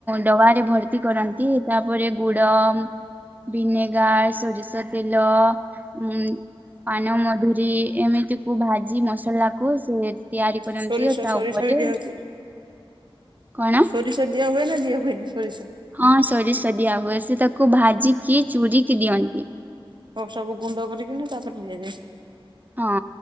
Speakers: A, on the right; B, on the right.
A: ଡବାରେ ଭର୍ତି କରନ୍ତି। ତାପରେ ଗୁଡ ଭିନେଗାର, ସୋରିଷ ତେଲ, ଉ ପାନ ମଧୁରୀ, ଏମିତି କୁ ଭାଜି ମସଲା କୁ ସେ ତିଆରି କରନ୍ତି।
B: ସୋରିଷ
A: ଆଉ ତା
B: ସୋରିଷ
A: ଉପରେ
B: ବି ଦିଆ ହଉଥିବ।
A: କଣ।
B: ସୋରିଷ ଦିଆ ହୁଏ ନା ଦିଆ ହୁଏନି ସୋରିଷ?
A: ହଁ, ସୋରିଷ ଦିଆ ହୁଏ। ସେ ତାକୁ ଭାଜିକି ଚୁୁରିକି ଦିଅନ୍ତି।
B: ସବୁ ଗୁଣ୍ଡ କରିକି ତାପରେ ଦିଆଯାଏ।
A: ହଁ,